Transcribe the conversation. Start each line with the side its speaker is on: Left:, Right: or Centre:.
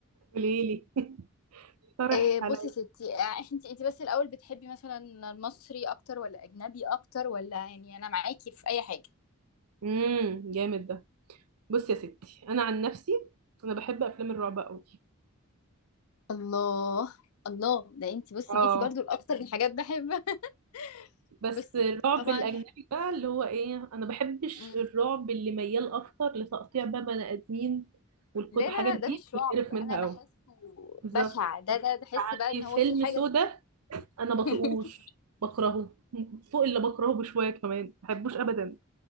Right: قولي لي <laughs> اقترحي
Left: إيه بصي
Right: عليا
Left: يا ستي آه، انت انت بس الاول بتحبي مثلا المصري اكتر ولا اجنبي اكتر ولا يعني انا معاكي في اي حاجه
Right: امم جامد ده بصي يا ستي انا عن نفسي انا بحب افلام الرعب قوي
Left: الله الله ده انت بصي
Right: اه
Left: جيتي برضو لاكتر من حاجات بحبها <laughs>
Right: بس
Left: بصي
Right: الرعب
Left: طبعا
Right: الاجنبي بقى اللي هو ايه انا بحبش
Left: مم.
Right: الرعب اللي ميال اكتر لتقطيع بقى بني ادمين والكت
Left: لا
Right: حاجات
Left: لا
Right: دي
Left: لا ده مش رعب
Right: بتقرف منها
Left: انا بحسه
Right: قوي بالظبط
Left: بشع ده ده بحس بقى ان
Right: يعني
Left: هو
Right: فيلم
Left: في حاجه
Right: سودا انا بطيقوش
Left: <laughs>
Right: بكرهه فوق اللي بكرهه بشويه كمان ما بحبوش ابدا